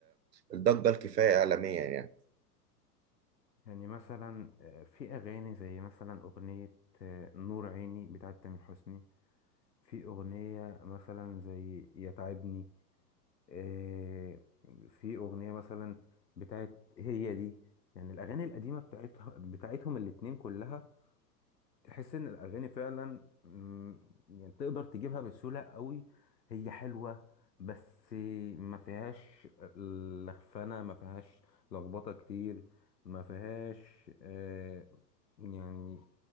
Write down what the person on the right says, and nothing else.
الضجة الكفاية إعلاميا يعني